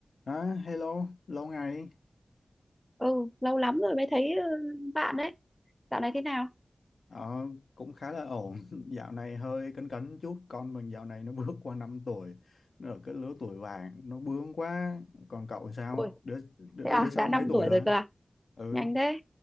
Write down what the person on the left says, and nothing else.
À, hello, lâu ngày.
Ờ, cũng khá là ổn. <laughs> Dạo này hơi cấn cấn chút. Con mình dạo này nó bước qua 5 tuổi. Nó ở cái lứa tuổi vàng. Nó bướng quá. Còn cậu sao?
Đứa, đứa,
đứa,
đứa sau
mấy tuổi
rồi?
Ừ.